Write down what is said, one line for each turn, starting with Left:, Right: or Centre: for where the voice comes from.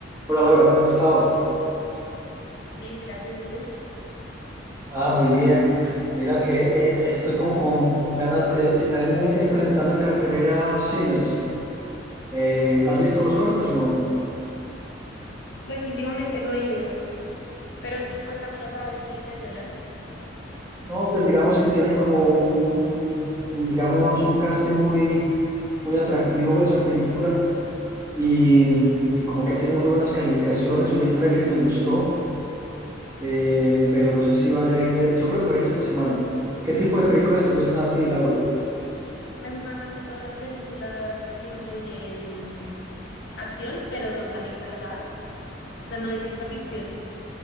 Right: Hola Laura, ¿cómo has estado?
Left: Bien, gracias. ¿Y tú?
Right: Ah, muy bien. Mira que eh, estoy como con ganas de estar en, eh, presentando en cartelera Sinners. Eh, ¿has visto los cortos o no?
Left: Pues últimamente no he ido, pero s- cuéntamelos a ver si me suenan.
Right: No, pues digamos que tiene como un, un- un, digamos, un casting muy, muy atractivo esa película y, y como que ha tenido muy buenas calificaciones. Yo vi el tráiler y me gustó, eh, pero no sé si vaya a ir de... Yo creo que va a ir esta semana. ¿Qué tipo de películas te gustan a ti, Laura?
Left: Me gustan más que todas las películas que incluyen acción, pero no tan exageradas. O sea, no de ciencia ficción.